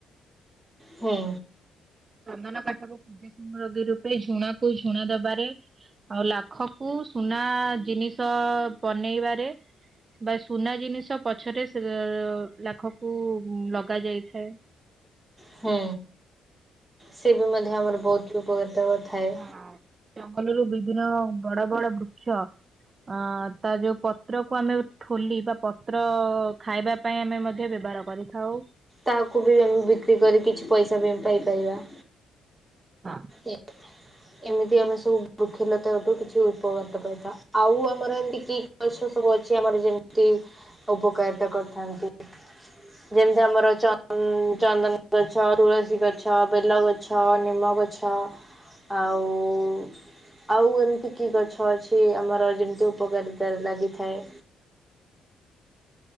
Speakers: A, in the centre; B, on the right (about 35°).
A: ହୁଁ।
B: ଚନ୍ଦନ କାଠକୁ ପୂଜା ସାମଗ୍ରୀ ରୂପେ ଝୁଣା କୁ ଝୁଣା ଦବାରେ ଆଉ ଲାଖକୁ ସୁନା ଜିନିଷ ବନେଇବାରେ ବା ସୁନା ଜିନିଷ ପଛରେ ସେ ଅ ଲାଖକୁ ଲଗା ଯାଇଥାଏ।
A: ହୁଁ ସେ ବି ମଧ୍ୟ ଆମର ବହୁତ ଉପକାରିତା କରି ଥାଏ।
B: ହଁ ଜଙ୍ଗଲରୁ ବିଭିନ୍ନ ବଡ ବଡ ବୃକ୍ଷ ଅ ତା ଯୋଉ ପତ୍ରକୁ ଆମେ ଠୋଲି ବା ପ ତ୍ର ଖାଇବା ପାଇଁ ଆମେ ମଧ୍ୟ ବ୍ୟବହାର କରିଥାଉ।
A: ତାହାକୁ ବି ଆମେ ବିକ୍ରି କରି କିଛି ପଇସା ବି ଆମେ ପାଇପାରିବା।
B: <unintelligible>
A: ଏ ଏମିତି ଆମେ ସବୁ ବୃକ୍ଷଲତାଠୁ କିଛି ଉପକାରିତା ପାଇଥାଉ ଆଉ ଆମର ଏମିତି କି ଗଛ ସବୁ ଅଛି ଆମର ଯେମିତି ଉପକାରିତା କରିଥାନ୍ତି। ଯେମିତି ଆମର ଚ ହଁ ଚାନ୍ଦନ ଗଛ ତୁଳସୀ ଗଛ ବେଲ ଗଛ ନିମ ଗଛ ଆଉ ଆଉ ଏମିତି କି ଗଛ ଅଛି ଆମର ଯେମିତି ଉପକାରିତାରେ ଲାଗିଥାଏ।